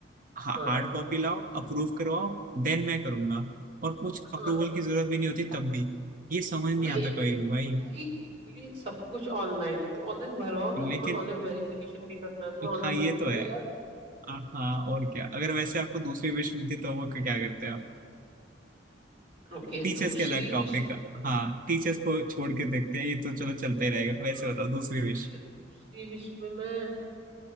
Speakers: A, on the right; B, on the right.
A: हा,
B: हाँ
A: हार्ड कॉपी लाओ अप्रूव करवाओ देन मैं करूंगा और कुछ
B: हाँ
A: अप्रूवल की जरूरत भी नहीं होती तब भी ये समझ नहीं
B: नहीं
A: आता कभी भी भाई
B: भाई लिटरली सब कुछ ऑनलाइन है तो ऑनलाइन भरवाओ
A: लेकिन
B: ना तुम्हें ऑनलाइन वेरिफिकेशन भी करना है तुम्हें ऑनलाइन
A: हाँ
B: सब
A: ये
B: कुछ
A: तो
B: करना
A: है
B: ज्यादा
A: हाँ हाँ, और क्या अगर वैसे आपको दूसरी विश मिलती तो वो क्या करते आप
B: ओके
A: टीचर्स
B: दूसरी
A: के अलग टॉपिक
B: विश
A: हाँ टीचर्स को छोड़ के देखते हैं ये तो चलो चलता ही रहेगा
B: ओके
A: वैसे
B: हाँ
A: बताओ दूसरी
B: हाँ तो
A: विश
B: ठीक है दूसरी विश में मैं